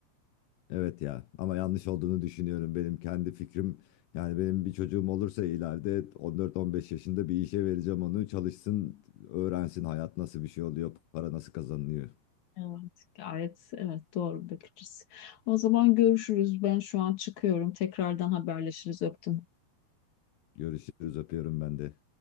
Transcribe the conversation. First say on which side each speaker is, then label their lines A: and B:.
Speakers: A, on the left; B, on the left.
A: Evet ya ama yanlış olduğunu düşünüyorum. Benim kendi fikrim yani benim bir çocuğum olursa ileride 14-15 yaşında bir işe vereceğim onu çalışsın öğrensin hayat nasıl bir şey oluyor para nasıl kazanılıyor.
B: Evet, gayet evet doğru bir bakış. O zaman görüşürüz. Ben şu an çıkıyorum. Tekrardan haberleşiriz. Öptüm.
A: Görüşürüz öpüyorum ben de.